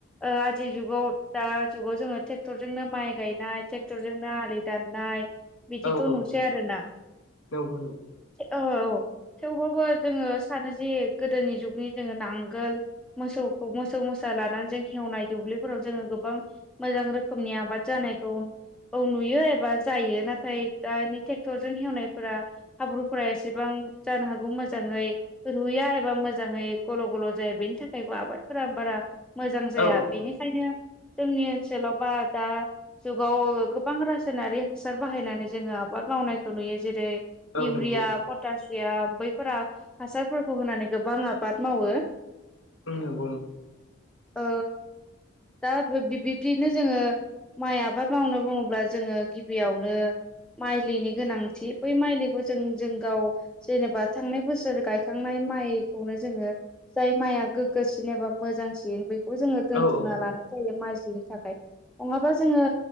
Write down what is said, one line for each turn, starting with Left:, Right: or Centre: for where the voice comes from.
Centre: ओ आजि जुगाव दा जुगाव जोङो टेक्टर जोंनो माइ गायनाय टेक्टर जोंनो आलि दाननाय बिदिखौ
Left: औ औ
Centre: नुसै आरोना
Left: नंगौ नंगौ
Centre: औ औ थेवबाबो जोङो सानो जे गोदोनि जुगनि जोङो नांगोल मोसौखौ मोसौ मोसौ सा लानानै जों खेवनाय दुब्लिफोराव जोङो गोबां मोजां रोखोमनि आबाद जानायखौ औ नु नुयो एबा जायो नाथाय दानि टेक्टरजों हेवनायफोरा हाब्रुफोरा एसेबां जानो हागौ मोजाङै रुया एबा मोजाङै गल' गल' जाया बेनि थाखायबो आबादफोरा बारा मोजां जाया
Left: औ
Centre: बेनिखायनो जोंनि ओनसोलाव बा दा जुगाव गोबां रासायनारि ओनसोल सार बाहायनानै जोङो आबाद मावनायखौ नुयो जेरै
Left: औ
Centre: इउरिया
Left: नंगौ
Centre: पटास या बैफोरा हासारफोरखौ होनानै गोबां आबाद मावो
Left: उंगनो
Centre: औ दा बिब्दिनो जोङो माइ आबाद मावनो बुङोब्ला जोङो फबियावनो माइलिनि गोनांथि बै माइलिखौ जों जों गाव जेनेबा थांनाय बोसोर गायखांनाय माइखौनो जोङो जाय माइआ गोग्गोसिन एबा मोजांसिन बे जोो दोनथुमना
Left: औ औ
Centre: लानाय जायो माइलिनि थाखाय नङाबा जोङो